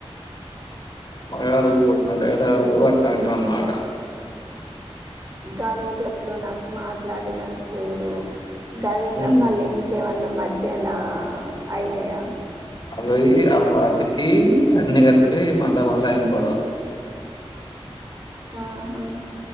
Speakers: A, on the left; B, on the right.
A: అమ్మగారు కొట్టిన డైలాగులు అట్లాంటివి అన్నమాట.
B: ఇంకా రోజు ఎప్పుడో నాకు మాట్లాడిన చూడు. గదేనా
A: ఉమ్.
B: మళ్ళీ ఇంకేమన్నాన. మధ్యలా అయినాయా.
A: అవి ఆ వాటికి అన్ని కలిపి మళ్ళా మొదలయ్యింది గొడవ.
B: ఆహా.